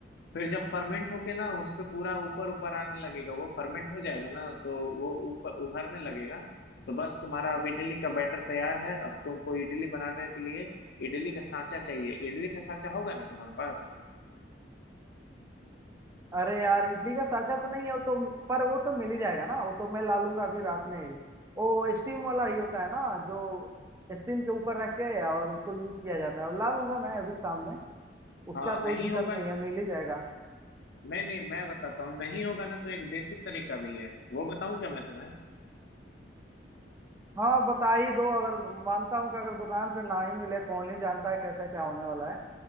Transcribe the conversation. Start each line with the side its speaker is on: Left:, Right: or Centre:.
Left: फिर जब फर्मेंट होके ना उस पे पूरा ऊपर ऊपर आने लगेगा वो फर्मेंट हो जाएगा ना तो वो ऊपर उभरने लगेगा तो बस तुम्हारा अब इडली का बैटर तैयार है अब तुमको इडली बनाने के लिए इडली का सांचा चाहिए इडली का सांचा होगा ना तुम्हारे पास
Right: अरे यार इडली का सांचा तो नहीं है वो तो पर वो तो मिल ही जाएगा ना वो तो मैं ला लूंगा अभी रात में ही वो स्टीम वाला ही होता है ना जो स्टीम के ऊपर रख के और उसको यूज किया जाता है वो ला लूंगा मैं अभी शाम में उसका
Left: हाँ नहीं
Right: कोई दिक्कत
Left: होगा
Right: नहीं है मिल ही जाएगा
Left: नहीं नहीं मैं बताता हूँ नहीं होगा ना तो एक देसी तरीका भी है वो बताऊं क्या मैं तुम्हें
Right: हाँ बता ही दो अगर मानता हूँ कि अगर दुकान पे ना ही मिले कौन ही जानता है कैसा क्या होने वाला है